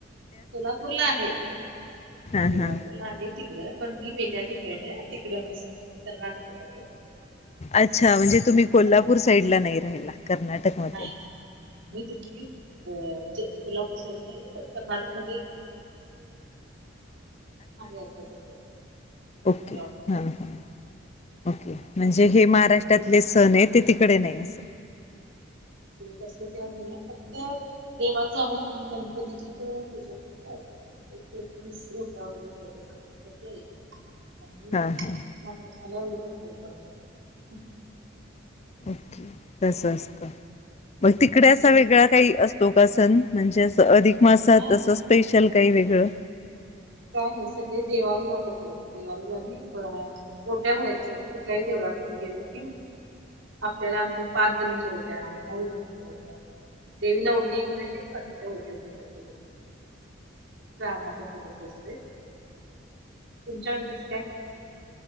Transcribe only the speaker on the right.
सोलापूरला आहे सोलापूरला
आहे तिकड पण मी वेगळ्या ठिका तिकड नसते कर्नाटकात आहे.
हा
नाही मी तिथली अ म्हणजे कोल्हापूर साईट नाही पण कर्नाटकमध्ये आहे आत्ता सध्या
जॉब
तिथले
त असलं तेव्हा नाहीे फक्त देवाला जाण आणि गणपतीची तर पूजा करतात तेहतीस ओट्या वगैरे भरायच्या अस आणि
मला मला एवढी काय कल्पना नाही
हम्म
हा
काय नाही सगळे देवाला जातात बघा देवाला जाणे पण ओट्या भरायच्या असतात कुठल्याही देवा म्हणजे गेलं की आपल्याला म्हणजे पाच जणीच्या ओट्या नऊ जणींच्या ओट्या देवीला ओटी भरायची बाकिच्या ओट्या भरायच्या <inaudible> तुमच्याकडे कसं काय